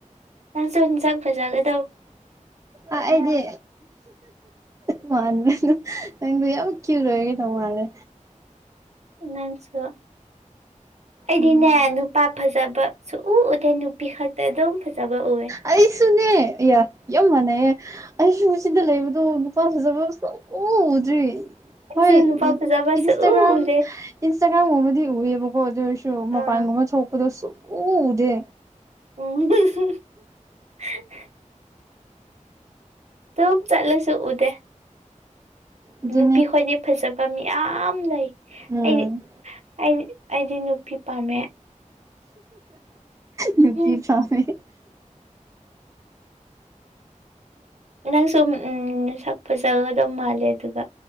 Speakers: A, on the right; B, on the right.
A: ꯅꯥꯪꯁꯨ ꯑꯦꯟꯖꯥꯡ ꯐꯖꯅ
B: ꯑ ꯑꯩꯗꯤ ꯃꯥꯂꯦ ꯅꯪꯗ ꯌꯥꯝ ꯀ꯭ꯌꯨꯠ ꯑꯣꯏꯗꯧ ꯃꯥꯜꯂꯦ
A: ꯅꯪꯁꯨ ꯑꯩꯗꯤꯅꯦ
B: ꯎꯝ
A: ꯅꯨꯄꯥ ꯐꯖꯕ ꯁꯨꯛ ꯎ ꯎꯗꯦ ꯅꯨꯄꯤ ꯈꯇ ꯑꯗꯨꯝ ꯐꯖꯕ ꯎꯑꯦ
B: ꯑꯩꯁꯨꯨꯅꯦ ꯏꯌꯥ ꯌꯥꯝ ꯃꯥꯟꯅꯩꯌꯦ ꯑꯩꯁꯨ ꯁꯤꯗ ꯂꯩꯕꯗꯣ ꯅꯨꯄꯥ ꯐꯖꯕ ꯁꯨꯛꯎ ꯎꯗ꯭ꯔꯤ
A: ꯑꯩꯁꯨ
B: ꯍꯣꯏ
A: ꯅꯨꯄꯥ ꯐꯖꯕ
B: ꯏꯟꯁꯇꯥꯒ꯭ꯔꯥꯝ
A: ꯁꯨꯛꯎ ꯎꯗꯦ
B: ꯏꯟꯁꯇꯥꯒ꯭ꯔꯥꯝꯒꯨꯝꯕꯗꯤ ꯎꯑꯦꯕꯀꯣ ꯑꯗꯨꯑꯣꯏꯁꯨ ꯃꯄꯥꯟ
A: ꯑꯥ
B: ꯒꯨꯝꯕ ꯊꯣꯛꯄꯗꯨ ꯁꯨꯛꯎ ꯎꯗꯦ
A: <unintelligible> ꯑꯗꯨꯝ ꯆꯠꯂꯁꯨ ꯎꯗꯦ
B: ꯑꯗꯨꯅꯦ
A: ꯅꯨꯄꯤ ꯈꯣꯏꯗꯤ ꯐꯖꯕ ꯃꯤꯌꯥꯝ ꯂꯩ
B: ꯎꯝ
A: ꯑꯩꯗꯤ ꯑꯩꯗꯤ ꯑꯩꯗꯤ ꯅꯨꯄꯤ ꯄꯥꯝꯃꯦ
B: ꯅꯨꯄꯤ
A: ꯎꯝ
B: ꯄꯥꯝꯃꯦ
A: ꯅꯪꯁꯨ ꯎꯟ ꯅꯁꯛ ꯐꯖꯒꯗ ꯃꯥꯜꯂꯦ ꯑꯗꯨꯒ